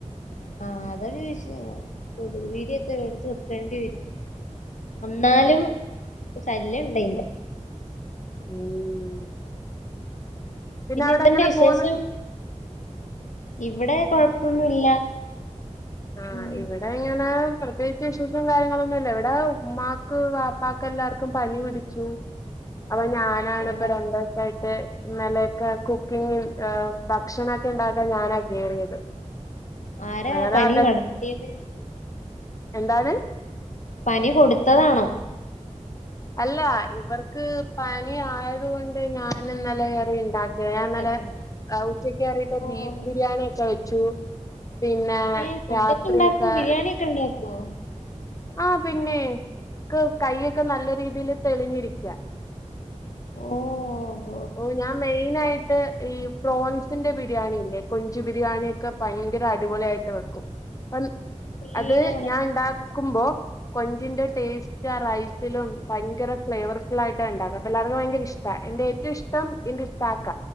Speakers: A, on the left; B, on the left.
A: ആ അതൊരു <unintelligible> കൊതുക് തിരിയൊക്കെ വേടിച്ച് വെക്കേണ്ടി വരും. എന്നാലും ശല്യം ഉണ്ട് അതിൻ്റെ-
B: ഉം പിന്നെ അവിടെ
A: എന്തുണ്ട്
B: എങ്ങനെ
A: വിശേഷം
B: പോന്ന്?
A: ഇവിടെ കൊഴപ്പൊന്നുല്ല.
B: ആഹ്
A: ഉം
B: ഇവിടെ ഇങ്ങനെ പ്രത്യേകിച്ച് ഇഷ്യൂസും കാര്യങ്ങളൊന്നുല്ല ഇവിടെ ഉമ്മാക്ക് വാപ്പക്ക് എല്ലാർക്കും പനി പിടിച്ചു. അപ്പൊ ഞാനാണ്
A: ഓഹ്
B: ഇപ്പ രണ്ട്സായി ട്ട് ഇന്നലൊക്കെ കുക്കിങ്ങും ഭക്ഷണൊക്കെ ഉണ്ടാക്കാൻ ഞാനാ കേറിയത്.
A: ആരാ
B: അങ്ങനെ
A: പനി
B: അത
A: പടർത്തിയത്?
B: എന്താണ്?
A: പനി കൊടുത്തതാണോ?
B: അല്ല ഇവർക്ക് പനി ആയത് കൊണ്ട് ഞാൻ ഇന്നലെ യേറി ഉണ്ടാക്കി. ഞാൻ
A: കുട്ടപ്പൻ
B: ഇന്നലെ ഉച്ചക്ക് കയറിയിട്ട്
A: ഓഹ്
B: ബീഫ് ബിരിയാണി ഒക്കെ വെച്ചു. പിന്നെ
A: ഏഹ് ഫുഡൊക്കെ
B: രാത്രിയൊക്കെ
A: ഉണ്ടാക്കും ബിരിയാണി <inaudible>
B: ആഹ് പിന്നെ ഇക്ക് കയ്യോക്കെ നല്ല രീതിൽ തെളിഞ്ഞിരിക്കാ-
A: ഓഹ് -
B: ഓ ഞാൻ മെയിൻ ആയിട്ട് ഈ പ്രോൺസിന്റെ ബിരിയാണില്ലേ, കൊഞ്ച് ബിരിയാണി ഒക്കെ ഭയങ്കര അ അടിപൊളി ആയിട്ട് വെക്കും പ്പം-
A: സീനാണപ്പോ
B: അത് ഞാൻ ഇണ്ടാക്കുമ്പോ കൊഞ്ചിന്റെ ടേസ്റ്റ് ആ റൈസ് റെസിലും ഭയങ്കര ഫ്ലേവർഫുൾ ആയിട്ടാണ് ഉണ്ടാക്കുക അപ്പം എല്ലാർക്കും ഭയങ്കര ഇഷ്ടാ, എന്റെ ഏറ്റം ഇഷ്ടം എന്റെ ഇത്താക്ക,